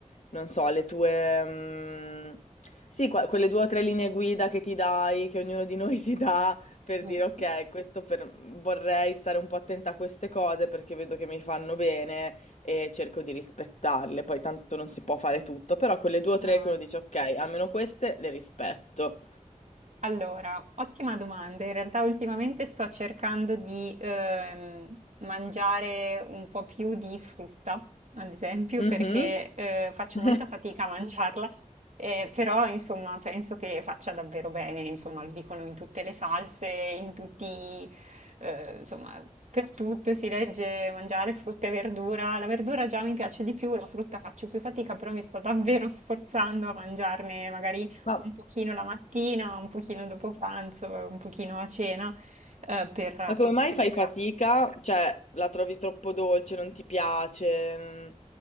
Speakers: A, on the left; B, on the right.
A: non so, le tue... mm, sì, qua- quelle due o tre linee guida che ti dai, che ognuno di noi <laughs> si dà per
B: <laughs>
A: dire ok, questo per- vorrei stare un po' attenta a queste cose perché vedo che mi fanno bene e cerco di rispettarle. Poi tanto non si può fare tutto, però quelle due o
B: Mm.
A: tre
B: No,
A: che uno dice ok, almeno queste le rispetto.
B: Allora, ottima domanda. In realtà ultimamente sto cercando di ehm, mangiare un po' più di frutta, ad esempio,
A: Mhm.
B: perché eh, faccio
A: <laughs>
B: molta fatica a mangiarla, eh, però insomma penso che faccia davvero bene, insomma lo dicono in tutte le salse, in tutti, eh, insomma per tutto si legge mangiare frutta e verdura. La verdura già mi piace di più, la frutta faccio più fatica, però mi sto davvero sforzando a mangiarne magari
A: Ma
B: un pochino la mattina, un pochino dopo pranzo, e un pochino a cena, eh, per appunto
A: Ma come mai
B: integrare.
A: fai fatica? Cioè, la trovi troppo dolce, non ti piace? Mm.